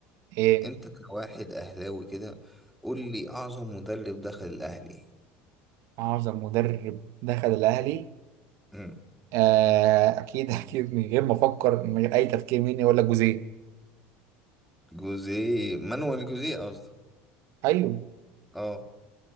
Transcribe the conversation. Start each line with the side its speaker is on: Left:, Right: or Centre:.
Right: ايه
Centre: أنت كواحد أهلاوي كده قول لي أعظم مدرب دخل الأهلي
Right: اعظم مدرب دخل الاهلي
Centre: مم.
Right: آه اكيد <laughs> اكيد من غير ما افكر من غير اي تفكير مين يقول لك جوزيه
Centre: جوزيه مانويل جوزيه قصدك
Right: ايوه
Centre: اه